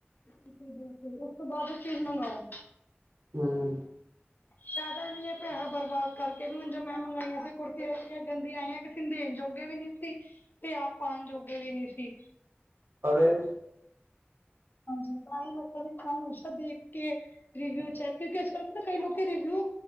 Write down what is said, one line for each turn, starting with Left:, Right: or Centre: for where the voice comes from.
Left: ਬਿਲਕੁਲ-ਬਿਲਕੁਲ ਉਸ ਤੋਂ ਬਾਅਦ ਚੀਜ਼ ਮੰਗਵਾਓ।
Right: ਹਮਮ।
Left: ਜ਼ਿਆਦਾ ਨੀ ਹੈ ਪੈਸਾ ਬਰਬਾਦ। ਕਰਕੇ ਵੀ ਹੁਣ ਜ ਮੈਂ ਮੰਗਾਈਆਂ ਸੀ ਕੁਰਤੀਆਂ ਇੰਨੀਆਂ ਗੰਦੀਆਂ ਆਈਆਂ ਕਿਸੇ ਨੂੰ ਦੇਣ ਜੋਗੇ ਵੀ ਨਹੀ ਸੀ। ਤੇ ਆਪ ਪਾਉਣ ਜੋਗੇ ਵੀ ਨਹੀ ਸੀ।
Right: ਅਰੇ ਅ।
Left: ਹਾਂਜੀ, ਤਾਂਹੀ ਮੈੰ ਕਹਿੰਦੀ ਹਮੇਸ਼ਾ ਦੇਖ ਕੇ। ਰ ਰਿਵਿਊ ਚੈ ਕਿਉਂਕਿ ਆਜ ਕਲ ਕਈ ਲੋਕ ਰ ਰਿਵਊੂ।